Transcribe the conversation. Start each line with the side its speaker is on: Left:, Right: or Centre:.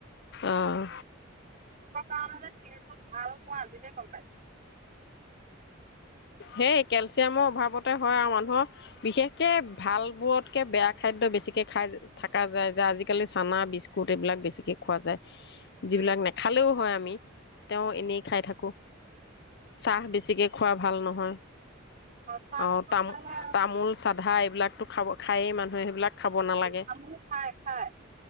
Left: আহ
Right: কিহৰ কাৰণে যে তেলটো ভাল মই আজিকে গম পাইছো
Left: সেই কেলচিয়ামৰ অভাৱতে হয় আৰু মানুহৰ বিশেষকে ভাল বোৰতকে বেয়া খাদ্য বেছিকে খাই থকা যায় যে আজিকালি চানা বিস্কুট এইবিলাক বেছিকে খোৱা যায়
Right: অ
Left: যিবিলাক নেখালেও হয় আমি তেওঁ এনেই খাই থাকো চাহ বেছিকে খোৱা নহয়
Right: চাহটোতো
Left: আহ তামো
Right: খাই আৰু
Left: তামোল চাধা এইবিলাক খাব খাই মানুহে সেইবিলাক খাব নালাগে
Right: তামোল খাই খাই